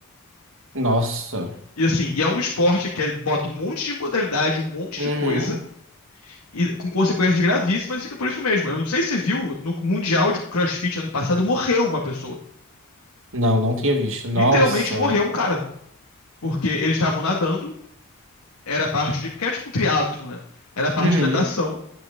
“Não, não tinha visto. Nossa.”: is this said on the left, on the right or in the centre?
Right